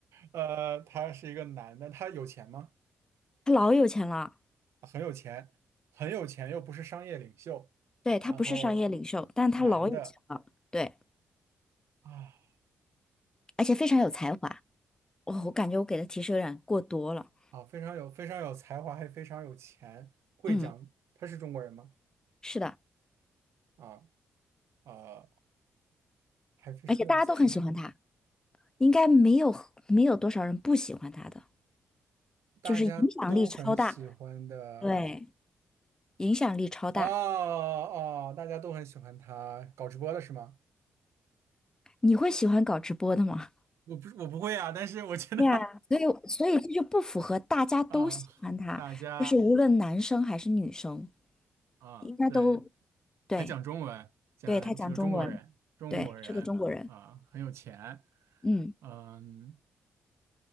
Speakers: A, on the right; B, on the left.
A: 呃，他是一个男的，他有钱吗？
B: 他老有钱了，
A: 很有钱，很有钱又不是商业领袖，
B: 对，他不是商业领袖，
A: 然后
B: 但他老有钱了，
A: 男的
B: 对，
A: 啊
B: 而且非常有才华。我我感觉我给的提示有点过多了。
A: 啊非常有非常有才华，还非常有钱，会讲他是中国人吗？
B: 嗯，是的，
A: 啊啊还非常有才，
B: 而且大家都很喜欢他，应该没有没有多少人不喜欢他的，
A: 大家都很喜欢的
B: 就是影响力超大。对，影响力超大。
A: 哦哦，大家都很喜欢他，搞直播的是吗？
B: 你会喜欢搞直播的吗？
A: 我不是我不会啊，但是我觉得
B: 对啊，所以所以这就不符合大家都喜欢他，
A: <laughs> 啊大家
B: 就是无论男生还是女生。
A: 啊对
B: 应该都对，
A: 还讲中文，讲这个中国人，
B: 对，他讲中文，
A: 中国人啊，
B: 对，是个中国人。
A: 很有钱，
B: 嗯，
A: 嗯